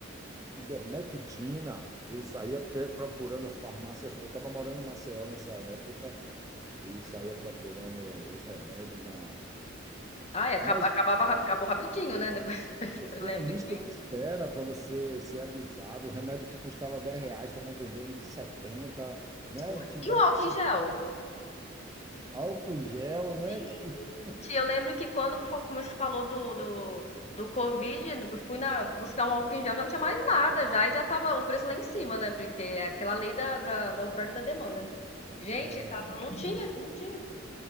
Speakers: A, on the right; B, on the left.
A: ivermectina, eu saía pe- procurando as farmácias. Eu estava morando em Maceió nessa época e saía procurando os remédios na.
B: Ah, é, acab-
A: Mas
B: acabava, rap- acabou rapidinho, né? Depois <laughs>
A: pô,
B: eu
A: tinha
B: lembro
A: lista
B: que.
A: de espera para você ser avisado. O remédio que custava 10 reais estavam vendendo de setenta né?
B: Foi.
A: Tiveram
B: E o álcool
A: esses
B: em gel?
A: álcool gel,
B: Gente,
A: né? <laughs>
B: eu lembro que quando fo- começou- falou do, do, do Covid, eu fui na, buscar um álcool em gel, já não tinha mais nada já, e já tava o preço lá em cima, né? Porque é aquela lei da, da, da oferta e da demanda, né? Gente,
A: É,
B: tava, não tinha, não tinha.